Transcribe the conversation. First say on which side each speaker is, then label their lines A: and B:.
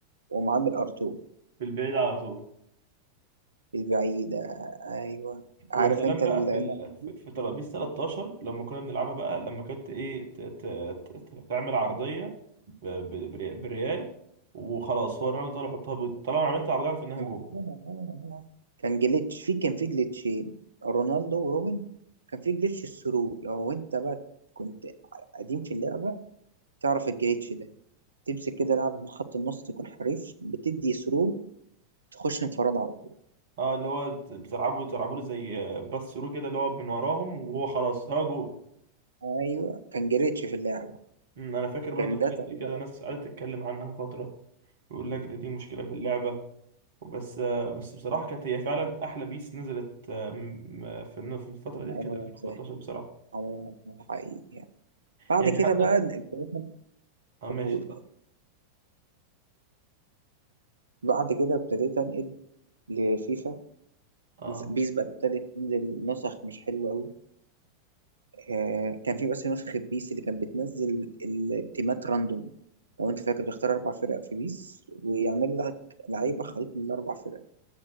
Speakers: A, on the right; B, on the right.
A: ومعامل ار2
B: في البعيد على طول
A: البعيدة ايوه عارف
B: ويا سلام
A: انت
B: بقى
A: ال-
B: في
A: اللقطة
B: ال... في
A: دي
B: في ترابيزه 13 لما كنا بنلعبها بقى لما كانت ايه ت... ت... ت... ت- تعمل عرضيه ب... ب... بري- بالريال وخلاص هو الراجل طالع يحطها ب... طالما عملت عرضيه في انها
A: ما
B: جول
A: هو- آه، آه. كان جليتش في كان في جليتشين رونالدو وروبن كان في جليتش الثرو لو انت بقى كنت قديم في اللعبة تعرف الجليتش ده تمسك كده لاعب من خط النص يكون حريف بتدي ثرو تخش انفراد على طول
B: اه اللي هو بت- بتلعبوا بتلعبوا له زي باس ثرو كده اللي هو من وراهم وهو خلاص هو جول
A: ايوه كان جليتش في اللعبة
B: أمم، انا فاكر برضو
A: كان
B: حاجات
A: ده طريقة
B: زي كده ناس قعدت تتكلم عنها فتره يقول لك ده دي مشكله في اللعبه بس آه، بس بصراحة كانت هي فعلا أحلى بيس نزلت آم، في الن- في الفترة دي
A: عمرها
B: كانت 2013
A: سهل
B: بصراحة
A: عمرها سهل حقيقي يعني. بعد
B: يعني
A: كده
B: حتى
A: بقى ابتديت
B: اه ماشي
A: أنقل-
B: اتفضل
A: بعد كده ابتديت أنقل لفيفا
B: اه
A: بيس بقى ابتدت تنزل نسخ مش حلوة أوي آه كان في بس نسخة بيس اللي كانت بتنزل التيمات راندوم لو أنت فاكر بتختار أربع فرق في بيس ويعمل لك لعيبة خليط من الأربع فرق